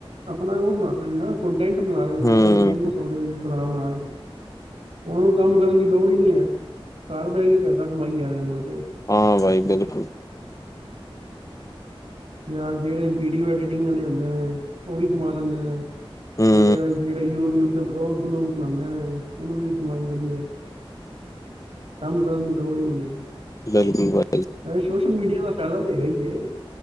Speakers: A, on the right (about 75°); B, on the left (about 35°).
A: ਆਪਣਾ ਉਹ ਬਣਾ ਰਹੇ ਨਾ ਕਟੈਂਟ ਬਣਾ ਰਹੇ ਨੇ।
B: ਹੂੰ
A: ਅਗ ਫੇਮਸ ਬਣਾ- ਬਣਾ ਕੇ ਉਹਨਾਂ ਨੂੰ ਕੰਮ ਕਰਨ ਦੀ ਲੋੜ ਹੀ ਨੀ ਹੈ। ਘਰ ਬਹਿ ਕੇ ਪੈਸਾ ਕਮਾਈ ਜਾ ਰ ਤੇ
B: ਹਾਂ, ਬਾਈ ਬਿਲਕੁਲ
A: ਜਾਂ ਜਿਹੜੇ ਵੀਡੀਓ ਐਡੀਟਿੰਗ ਵਾਲੇ ਹੁੰਦੇ ਨੇ। ਉਹ ਵੀ ਕਮਾ ਲੈਂਦੇ ਨੇ।
B: ਹੂੰ
A: ਜਿਹੜਾ- ਜਿਹੜਾ ਯੂਟਿਊਬ ਤੇ ਬਲੋਗ- ਵਲੋਗ ਬਣਾਉਂਦੇ ਨੇ ਉਹਨਾਂ ਦੀ ਕਮਾਈ ਵਧੀਆ। ਕੰਮ ਕਰਨ ਦੀ ਲੋੌੜੀ ਨੀ।
B: ਬਿਲਕੁਲ -ਬ
A: ਸੋਸ਼ਲ ਮੀਡੀਆ ਦਾ ਫੈਲਾ ਦੇਗਾ ਹੀ ਹੈ।